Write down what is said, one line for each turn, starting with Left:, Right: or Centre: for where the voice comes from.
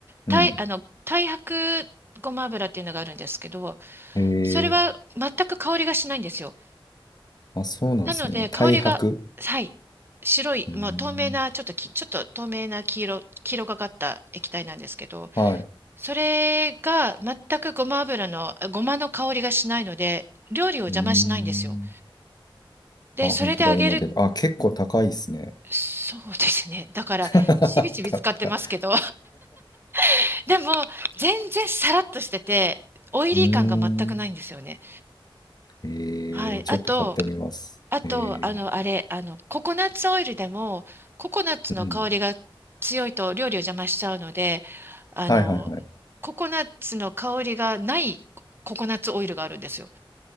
Left: うん。
Right: たい、あの、太白ごま油っていうのがあるんですけど、
Left: へ
Right: それは全く香りがしないんですよ。
Left: え。あ、そうなんですね。
Right: なので、
Left: 太白。
Right: 香りが、はい、白い、
Left: うーん。
Right: もう透明な、ちょっとき、ちょっと透明な黄色、黄色がかった液体なんですけど、
Left: はい。う
Right: それが全くごま油の、ごまの香りがしないので、料理を邪魔しないんですよ。
Left: ーん。
Right: で、
Left: あ、本当だ。
Right: それで揚げる、
Left: 今出あ、結構高いですね。
Right: そうですね。だから、
Left: <laughs>
Right: ちびちび使ってますけど、
Left: 高い。
Right: <laughs> でも、全然さらっとしてて、
Left: <laughs>
Right: オイリー感が全くないんですよね。
Left: うーん。えー、
Right: はい。
Left: ちょっと買ってみます。
Right: あと、あと、
Left: えー、
Right: あの、あれ、あの、ココナッツオイルでも、ココナッツの香りが強いと料理を邪魔しちゃうので、
Left: うん。
Right: あの、
Left: はいはいはい。
Right: ココナッツの香りがないココナッツオイルがあるんですよ。